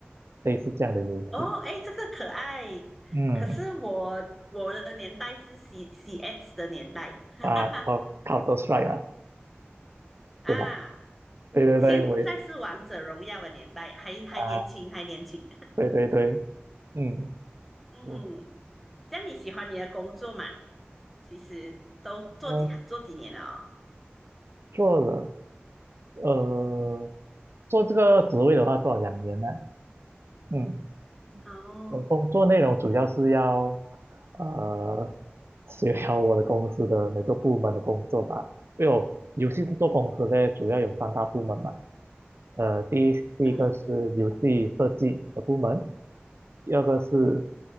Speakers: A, on the right; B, in the centre.
A: 类似这样的游戏。
B: 哦，哎，这个可爱。
A: 嗯，
B: 可是我我的年代是 C CS 的年代，<laughs> 哈哈哈
A: 啊，考考 o 帅啊，
B: 啊，
A: 是吧？对对对，
B: 对，现在是王者荣耀的年代，
A: 我也是
B: 还还年轻，
A: 啊，
B: 还年轻。
A: 对对对，嗯，
B: 嗯，
A: 我
B: 这样你喜欢你的工作嘛？其实都做几做几年了
A: 呃做了，呃，做这个职位的话做了两年了，嗯，
B: 哦。哦，
A: 我工作内容主要是要呃协调我的公司的每个部门的工作吧，因为我游戏制作公司呢主要有三大部门嘛，呃，第一第一个是游戏设计的部门，
B: 嗯，
A: 第二个是